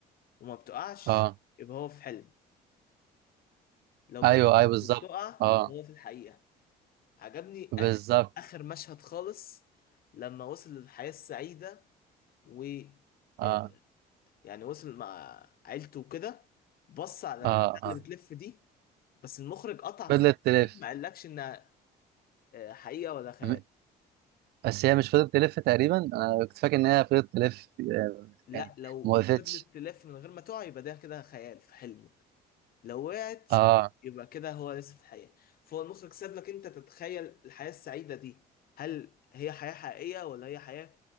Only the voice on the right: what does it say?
اه
ايوه ايوه بالظبط
اه
بالظبط
اه
اه
اه
فضلت
تلف
م- بس هي مش فضلت تلف تقريبا انا كنت فاكر ان هي فضلت تلف آه،
يعني
ما وقفتش
اه